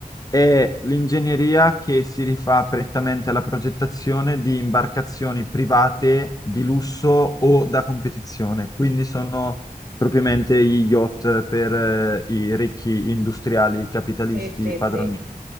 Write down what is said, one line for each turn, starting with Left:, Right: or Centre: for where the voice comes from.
Left: è l'ingegneria che si rifà prettamente alla progettazione di imbarcazioni private di lusso o da competizione, quindi sono propriamente gli yacht per eh, i ricchi industriali capitalisti
Right: Sì, sì,
Left: padroni.
Right: sì.